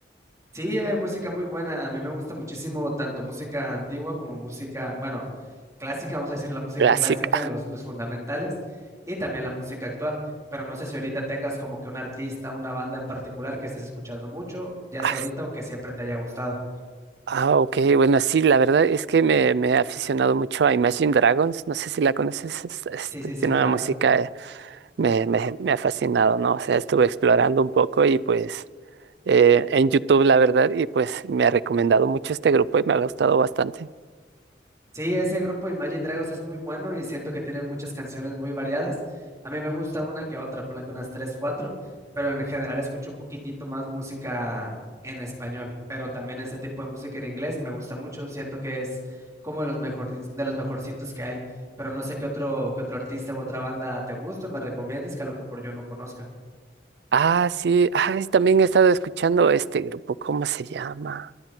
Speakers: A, on the right (about 20°); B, on the right (about 70°).
A: Sí, hay música muy buena. A mí me gusta muchísimo tanto música antigua como música, bueno, clásica, vamos a decir la música
B: clásica.
A: clásica, los, los fundamentales, y también la música actual. Pero no sé si ahorita tengas como que un artista, una banda en particular que estés escuchando mucho, ya
B: Ah,
A: sea ahorita o que siempre te haya gustado.
B: ah, ok, bueno, sí, la verdad es que me, me he aficionado mucho a Imagine Dragons, no sé si la conoces, es- es-
A: Sí, sí, sí,
B: tiene
A: claro.
B: una música, eh, me, me, me ha fascinado, ¿no? O sea, estuve explorando un poco y pues... eh, en YouTube, la verdad, y pues me ha recomendado mucho este grupo y me ha gustado bastante.
A: Sí, ese grupo Imagine Dragons es muy bueno y siento que tiene muchas canciones muy variadas. A mí me gusta una que otra, ponle que unas tres, cuatro, pero en general escucho un poquitito más música en español, pero también ese tipo de música en inglés me gusta mucho, siento que es como de los mejor, de los mejorcitos que hay, pero no sé qué otro, qué otro artista u otra banda te gusta o me recomiendes que a lo mejor yo no conozca.
B: Ah, sí, ah, es- también he estado escuchando este grupo, ¿cómo se llama?